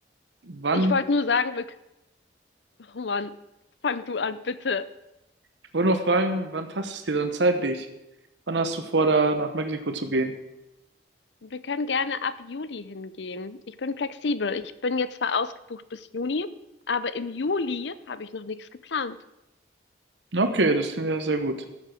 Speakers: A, on the right; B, on the left.
A: wann
B: ich wollte nur sagen, wir, oh Mann, fang du an, bitte.
A: Ich wollte nur fragen, wann passt es dir dann zeitlich? Wann hast du vor, da nach Mexiko zu gehen?
B: Wir können gerne ab Juli hingehen. Ich bin flexibel. Ich bin jetzt zwar ausgebucht bis Juni, aber im Juli habe ich noch nichts geplant.
A: Okay, das klingt ja sehr gut.